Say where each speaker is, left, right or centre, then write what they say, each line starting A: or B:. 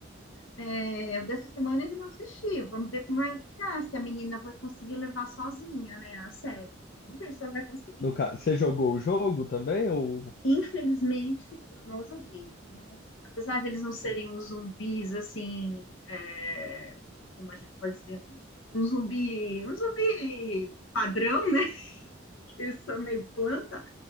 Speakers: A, on the left; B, on the left.
A: é, dessa semana eu ainda não assisti. Vamos ver como vai ficar, se a menina vai conseguir levar sozinha, né, a série. Vamos ver se ela vai conseguir.
B: No ca- Você jogou o jogo também? Ou...
A: Infelizmente, eu não joguei, né? Apesar de eles não serem os zumbis, assim, é, como a gente pode dizer, um, um zumbi, um zumbi padrão, né? Que Eles são meio planta.